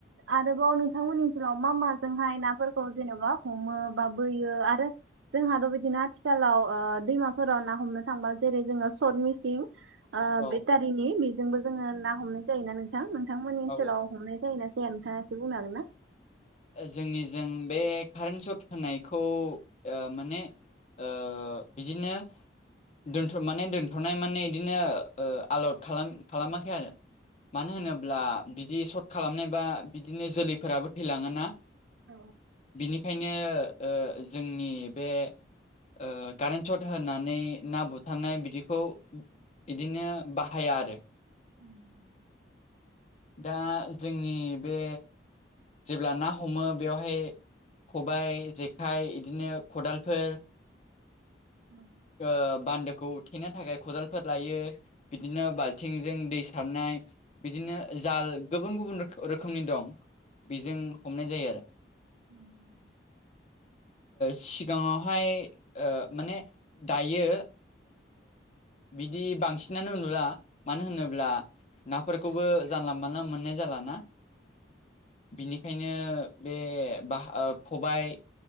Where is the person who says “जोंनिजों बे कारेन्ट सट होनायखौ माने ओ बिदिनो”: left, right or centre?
Left